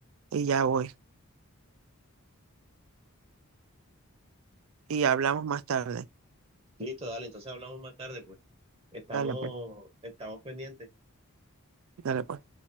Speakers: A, on the right (about 65°); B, on the right (about 25°).
A: y ya voy. Y hablamos más tarde.
B: Listo, dale, entonces hablamos más tarde, pues. Estamos,
A: Dale, pues,
B: estamos pendientes.
A: dale, pues.